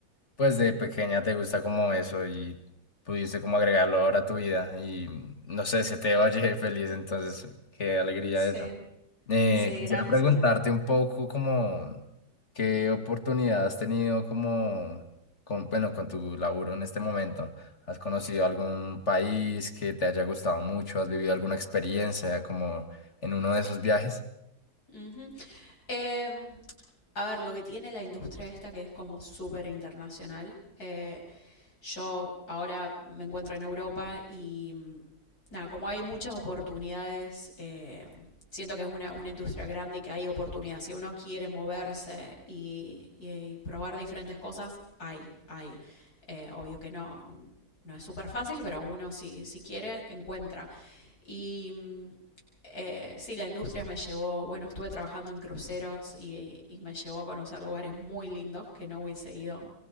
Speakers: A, on the left; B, on the left.
A: pues, de pequeña te gusta como eso y pudiste como agregarlo ahora a tu vida. Y no sé, se te oye <laughs> feliz, entonces, qué alegría
B: sí,
A: eso. Eh,
B: sí,
A: quisiera
B: gracias.
A: preguntarte un poco como qué oportunidad has tenido como, con, bueno, con tu laburo en este momento. ¿Has conocido algún país que te haya gustado mucho? ¿Has vivido alguna experiencia como en uno de esos viajes?
B: Ujú. Eh, a ver, lo que tiene la industria esta que es como súper internacional eh, Yo ahora me encuentro en Europa y nada, como hay muchas oportunidades, eh, siento que es una, una, industria grande y que hay oportunidades. Si uno quiere moverse y, y probar diferentes cosas, hay, hay. Eh, obvio que no, no es súper fácil, pero uno si, si quiere, encuentra. Y eh, sí, la industria me llevó, bueno, estuve trabajando en cruceros y, y, me llevó a conocer lugares muy lindos que no hubiese ido